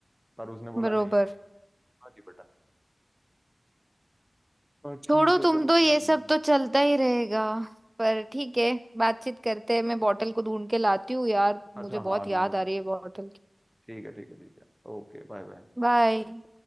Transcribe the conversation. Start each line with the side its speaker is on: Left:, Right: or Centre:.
Centre: पर उसने बोला
Right: बरोबर
Centre: नहीं नहीं हाँ जी बटन पर
Right: छोड़ो
Centre: ठीक है
Right: तुम
Centre: चलो
Right: तो
Centre: कोई
Right: ये
Centre: नहीं
Right: सब तो चलता ही रहेगा पर ठीक है बातचीत करते हैं मैं बॉटल को ढूंढ के लाती हूँ यार
Centre: अच्छा
Right: मुझे बहुत
Centre: हाँ ढूंढो
Right: याद
Centre: ढूंढो
Right: आ रही है बॉटल की
Centre: ठीक है ठीक है ठीक है Okay bye bye
Right: बाय